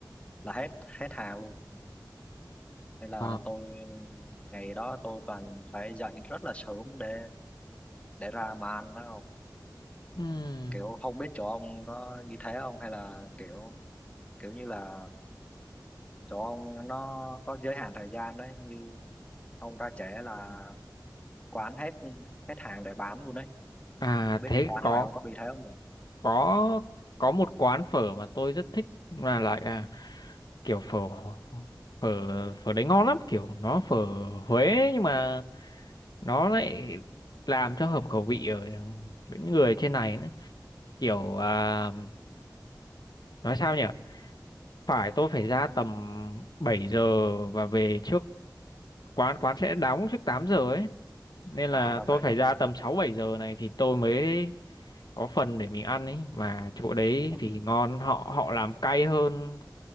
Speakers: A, on the left; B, on the left.
A: là hết hết hàng luôn nên là
B: Ờ,
A: tôi ngày đó tôi toàn phải dậy rất là sớm để để ra mà ăn đó không
B: ừm.
A: kiểu không biết chỗ ông có như thế không hay là kiểu kiểu như là chỗ ông nó có giới hạn thời gian đấy như ông ra trễ là quán hết hết hàng để bán luôn đấy
B: à
A: biết
B: thế
A: quán
B: có
A: ngoài ông có bị thế không nhỉ
B: có có một quán phở mà tôi rất thích là lại à, kiểu phở phở phở đấy ngon lắm kiểu nó phở Huế nhưng mà nó lại làm cho hợp khẩu vị ở những người trên này nữa kiểu à, nói sao nhỉ phải tôi phải ra tầm 7 giờ và về trước quán quán sẽ đóng trước 8 giờ ấy nên
A: à,
B: là
A: ra
B: tôi
A: vậy
B: phải
A: ra
B: ra
A: vậy
B: tầm 6 7 giờ này thì tôi mới có phần để mình ăn ấy mà chỗ đấy
A: Ủa,
B: thì ngon họ họ làm cay hơn